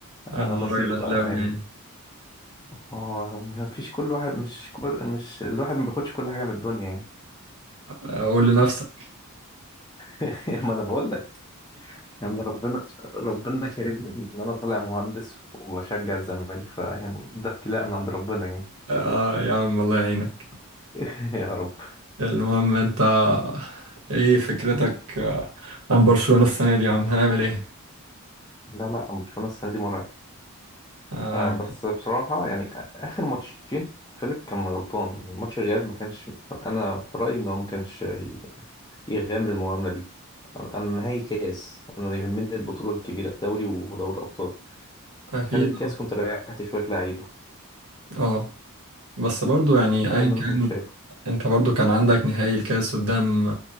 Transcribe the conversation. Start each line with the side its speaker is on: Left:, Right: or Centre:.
Right: انا
Left: آه، نصيب
Right: راجل اهلاوي
Left: بقى يعني
Right: يعني
Left: اه ما فيش كل واحد مش كل مش الواحد ما بياخدش كل حاجة من الدنيا يعني
Right: آه، قول لنفسك
Left: <laughs> ما انا بقول يعني ربنا ربنا كريم ان انا طالع مهندس وبشجع الزمالك فيعني ده ابتلاء من عند ربنا يعني
Right: اه يا عم الله يعينك
Left: <laughs> يا رب
Right: المهم انت ايه فكرتك آه، عن برشلونة السنة دي يا عم هنعمل ايه
Left: لا لا برشلونة السنة دي مرعب
Right: آه،
Left: آه بس بصراحة يعني آخر ماتشين فيليك كان غلطان يعني ماتش الريال ما كانش أنا في رأيي إن هو ما كانش ي- يغامر المغامرة دي أنا أنا نهائي كاس أنا يهمني البطولة الكبيرة الدوري ودوري الأبطال
Right: اكيد
Left: كان الكاس
Right: اه
Left: كنت ريحت شوية لعيبة
Right: آه. بس برضو يعني
Left: ده
Right: ايا
Left: اللي أنا
Right: كان
Left: كنت شايفه
Right: انت برضو كان عندك نهائي الكاس قدام